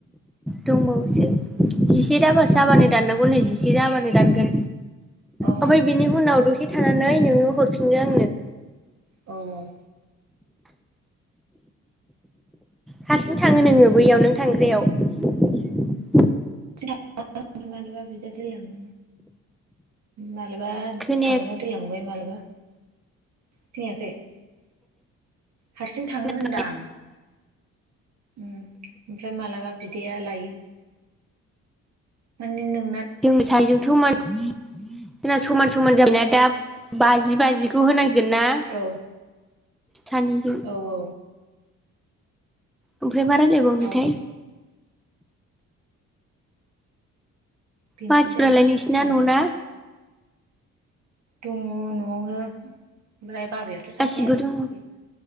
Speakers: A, in the centre; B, on the right (about 65°).
A: दंबावोसो जिसे दाबा जाबानो दाननांगौ नो जिसे जाबानो दानगोन
B: औ
A: ओमफ्राय बिनि उनाव दसे थानानै नोङो हरफिनगोन
B: औ
A: हारसिं थाङो नोङो बैयाव नों थांग्रायाव
B: <unintelligible> मालाबा बिदा दोनलाङो माला बा
A: खोनाया
B: थांनायाव दोनलांबाय मालाबा खोनायाखै हारसिं थाङो
A: खोनाबा
B: होनदां उम ओमफ्राय मालाबा बिदाया लायो। माने नों
A: जोंनि सानैजोंथ' मानसि जोंना समान समान जाबनाया दा बाजि बाजिखौ होनां सिगोनना
B: औ
A: सानैजों
B: औ औ
A: ओमफ्राय मा रायलायबावनोथाय
B: औ बेनोथ'नो
A: मानसिफ्रालाय
B: जाहैबाय
A: नोंसिना
B: सानैल
A: न'ना
B: दङ न'आवनो ओमफ्राय बाबायाथ' थाखाया
A: गासिबो दङ
B: बे